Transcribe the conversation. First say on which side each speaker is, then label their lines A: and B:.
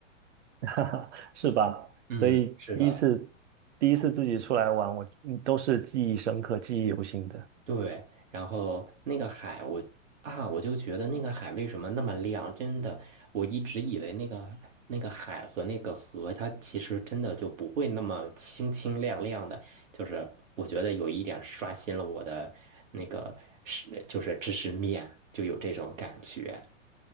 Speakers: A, on the right (about 65°); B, on the right (about 85°).
A: <laughs> 哈哈，是吧？
B: 嗯，
A: 所以第一次第一次自己出来玩，
B: 是的，
A: 我嗯都是记忆深刻、记忆犹新的。
B: 对，然后那个海我，啊，我就觉得那个海为什么那么亮？真的，我一直以为那个那个海和那个河，它其实真的就不会那么清清亮亮的。就是我觉得有一点刷新了我的那个是，就是知识面，就有这种感觉。